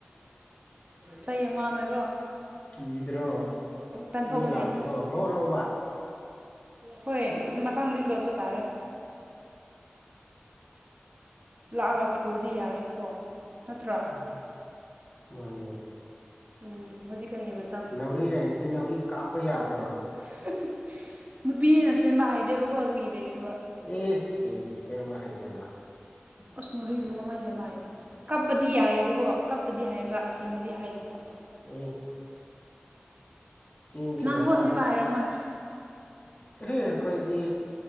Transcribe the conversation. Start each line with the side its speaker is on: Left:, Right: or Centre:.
Right: ꯆꯩ ꯑꯃꯥꯅꯀꯣ
Left: ꯀꯤꯗ꯭ꯔꯣ
Right: ꯇꯟꯊꯣꯛꯀꯅꯤ
Left: ꯃꯤ ꯂꯥꯛꯄꯗꯣ ꯂꯣꯠ ꯂꯣꯕ
Right: ꯍꯣꯏ ꯃꯊꯪꯗꯤ ꯂꯣꯠꯄ ꯇꯥꯔꯦ ꯂꯥꯛꯑꯒ ꯐꯨꯔꯗꯤ ꯌꯥꯔꯦꯕꯀꯣ ꯅꯠꯇ꯭ꯔꯥ
Left: <unintelligible> ꯃꯥꯅꯦ
Right: ꯎꯝ ꯍꯧꯖꯤꯛꯀꯟꯒꯤ <unintelligible>
Left: ꯅꯥꯎꯔꯤ ꯂꯩꯔꯗꯤ ꯅꯥꯎꯔꯤ ꯀꯥꯞꯄ ꯌꯥꯗ꯭ꯔꯣ
Right: <unintelligible> ꯅꯨꯄꯤꯅ ꯁꯦꯝꯕ ꯍꯥꯏꯗꯦꯕꯀꯣ ꯑꯗꯨꯒꯤ ꯂꯩꯇꯕ
Left: ꯑꯦ ꯀꯩꯒꯤ ꯁꯦꯝꯕ ꯍꯩꯗꯕ
Right: ꯎꯁ ꯅꯥꯎꯔꯤꯕꯨ ꯀꯃꯥꯏꯅ ꯁꯦꯝꯕ ꯍꯥꯏ ꯀꯞꯄꯗꯤ ꯌꯥꯏꯑꯦꯕꯀꯣ ꯀꯞꯄꯗꯤ ꯍꯩꯌꯦꯕ ꯁꯦꯝꯕꯗꯤ ꯍꯩꯇꯕ
Left: ꯑꯣ ꯆꯤꯡꯒꯤ
Right: ꯅꯪꯕꯣ
Left: ꯃꯆꯥ
Right: ꯁꯦꯝꯕ ꯍꯩꯔꯝꯃꯣꯏ
Left: ꯀꯔꯤ ꯑꯩꯈꯣꯏꯗꯤ